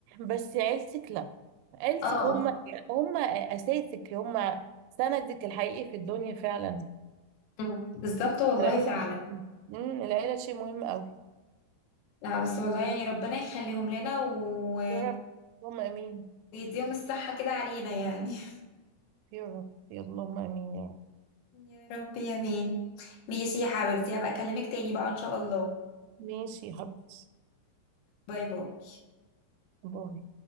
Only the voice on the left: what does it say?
اه
مم. بالظبط والله
فعلا
لا بس والله يعني ربنا يخليهم لنا و...
ويديهم الصحة كده علينا يعني <laughs>
يا رب يا مين ماشي يا حبيبتي هبقى اكلمك تاني بقى ان شاء الله
باي باي